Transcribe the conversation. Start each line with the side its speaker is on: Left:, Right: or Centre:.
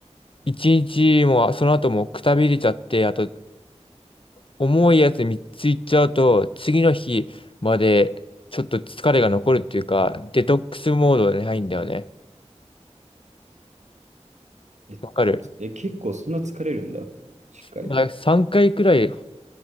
Left: 1日もその後もくたびれちゃって、あと重いやつ3ついっちゃうと、次の日までちょっと疲れが残るっていうか、デトックスモードに入るんだよね。
Right: え、
Left: わかる。
Right: あえ、結構そんな疲れるんだ。しっかり。
Left: まあ、3回くらい